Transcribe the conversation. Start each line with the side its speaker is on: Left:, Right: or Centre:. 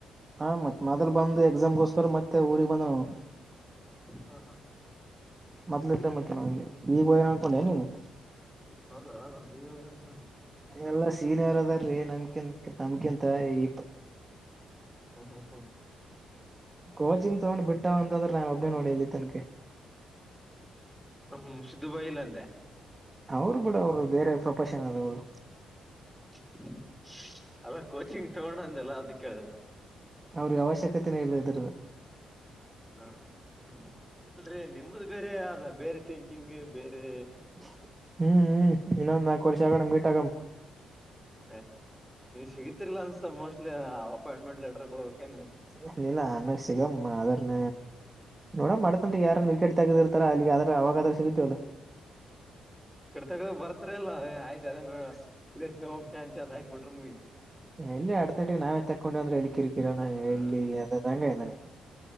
Right: ಹಾ ಮತ್ ಮದಲ್ ಬಂದ ಎಕ್ಸಾಮ್ಗೋಸ್ಕರ ಮತ್ತೆ ಊರಿಗ್ ಬಂದನ್ ಅವ.
Centre: ಹ ಹಾ.
Right: ಮೊದ್ಲ್ ಇದ್ದ ಮತ್ತೆನ ಈಗ ಹೋಗ್ಯಾನ್ ಅನ್ಕೊಂಡಿ ಏನ್ ನೀನ್.
Centre: ಹೌದಾ ನಂದ ಈಗ ಹೋಗ್ಯಾನ್ ಅನ್ಕೊಂಡಿನಿ.
Right: ಎಲ್ಲಾ ಸೀನಿಯರ್ ಅದಾರ್ ರೀ ನಮ್ಕಿಂತ ತಮ್ಕಿಂತ ಈಪ್
Centre: ಹ್ಮ ಹ್ಮ ಹ್ಮ್.
Right: ಕೋಚಿಂಗ್ ತಗೊಂಡ್ ಬಿಟ್ಟಾವ ಅಂದ್ರ ನಾನ್ ಒಬ್ಬೇನೇ ನೋಡ್ ಇಲ್ಲಿ. ತನಗೆ
Centre: ಹ್ಮ್ ನಮ್ ಸಿದ್ದುಗ ಹೋಗಿಲ್ಲ ಅಂದ್ಯ.
Right: ಅವ್ರು ಬಿಡ ಅವ್ರು ಬೇರೆ ಪ್ರೊಫೆಷನ್ ಅದು
Centre: <inaudible> ಅಲ್ಲ ಕೋಚಿಂಗ್ ತಗೊಂಡ ಅಂದಲ್ಲ ಅದು ಕೇಳದೆ ನಾ
Right: ಅವ್ರಿಗೆ ಅವಶ್ಯಕತೆ ಇಲ್ಲ ಇದರದ
Centre: ಹಾ <inaudible> ಅಲ್ರಿ ನಿಮ್ಮ್ದು ಬೇರೆ ಅದ ಬೇರೆ ಥಿಂಕಿಂಗ್ ಬೇರೆ
Right: <inaudible> ಹ್ಮ್ ಹ್ಮ್ ಇನ್ನೊಂದ್ ನಾಕ ವರ್ಷ ಆಗೋಣ ಮೀಟ್ ಆಗಮ.
Centre: ಏ ನೀವ್ ಸಿಗತಿರ್ಲಾ ಅನ್ಸತ ಮೋಸ್ಟ್ಲಿ ಅಪಾಯಿಂಟ್ಮೆಂಟ್ ಲೆಟರ ಕೊಡಬೇಕ ಏನ್
Right: <unintelligible> ಸಿಗಂ ಅರನ ನೋಡ ಮಾಡತಂಟ ಯಾರನ್ ವಿಕಟ್ ತಗಿತಾರ ಅಲ್ಲಿ ಆದ್ರ ಅವಾಗಾದ್ರೆ ಸಿಗತಿವಲ್ಲ
Centre: ಇಕ್ಕಡ ತಗದರ ಬರ್ತರಿ ಅಲ್ಲ ಆಯ್ತ ಅದನ ಇಲ್ಲೆ ಓಂ ಶಾಂತಿ ಅಂತ ಹಾಕ್ ಬಿಟ್ರ ಮುಗಿತ.
Right: ಎಲ್ಲಿ ಅಡತನಾಟ ನಾವೇ ತಕೊಂಡು ಅಂದ್ರೆ ಎಲ್ಲಿ ಕಿರಿಕಿರಾನ
Centre: ಹ
Right: ಎಲ್ಲಿ ಅದದಂಗ ಇದಾನೆ